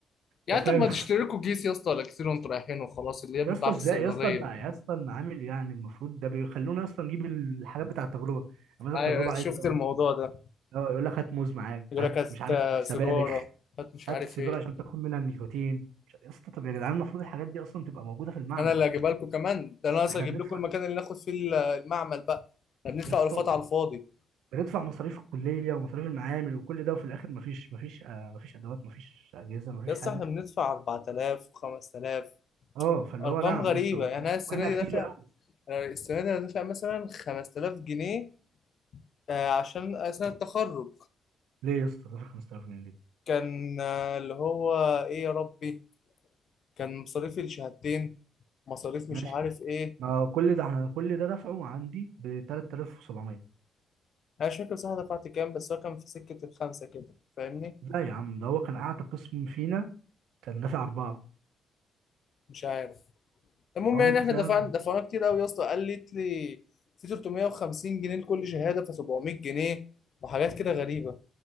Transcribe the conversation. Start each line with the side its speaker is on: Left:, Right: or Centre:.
Left: يعني
Right: انت فاهم
Left: طب ما تشتري لكم كيس يا اسطى ولا كتير وانتوا رايحين وخلاص اللي هي
Right: يا
Left: بيتباع
Right: اسطى ازاي
Left: في الصيدليه
Right: يا اسطى المع- يا اسطى المعامل يعني المفروض ده بيخلونا اصلا نجيب الحاجات بتاع التجربه يعني مثلا
Left: ايوه
Right: التجربه عايزه
Left: شفت الموضوع ده
Right: اه يقول لك هات موز معاك
Left: يقول
Right: هات
Left: لك هات
Right: مش عارف
Left: آه،
Right: سبانخ
Left: سيجاره هات مش عارف
Right: هات سيجاره
Left: ايه
Right: عشان تاخد منها النيكوتين مش عارف- يا اسطى طب يا جدعان المفروض الحاجات دي اصلا تبقى موجوده في المعمل
Left: انا اللي هجيبها لكم كمان ده انا اصلا
Right: احنا
Left: اجيب
Right: بندفع
Left: لكم المكان اللي ناخد فيه ال- المعمل بقى احنا بندفع
Right: يا اسطى
Left: الفات على الفاضي
Right: بندفع مصاريف الكليه ومصاريف المعامل وكل ده وفي الاخر مفيش مفيش آه مفيش ادوات مفيش اجهزه مفيش
Left: يا اسطى
Right: حاجه
Left: احنا بندفع 4000 و5000
Right: اه فاللي
Left: ارقام
Right: هو نعم
Left: غريبه
Right: يا اسطى و-
Left: يعني انا السنه
Right: واحنا
Left: دي
Right: كتير
Left: دافع
Right: قوي
Left: أنا السنه دي انا دافع مثلا 5000 جنيه آه، عشان سنه التخرج
Right: ليه يا اسطى دافع 5000 جنيه ليه؟
Left: كان آه، اللي هو ايه يا ربي كان مصاريفي الشهادتين مصاريف مش
Right: ماشي
Left: عارف ايه
Right: ما كل ده احنا كل ده دفعه عندي ب 3700
Left: انا مش فاكر بصراحه دفعت كام بس هو كان في سكه الخمسه كده فاهمني
Right: لا يا عم ده هو كان اعتى قسم فينا كان دافع اربعه
Left: مش عارف المهم
Right: هو
Left: يعني
Right: ممكن
Left: احنا
Right: تلاقيه
Left: دفعنا دفعنا كتير قوي يا اسطى قالت لي في 350 جنيه لكل شهاده ف 700 جنيه وحاجات كده غريبه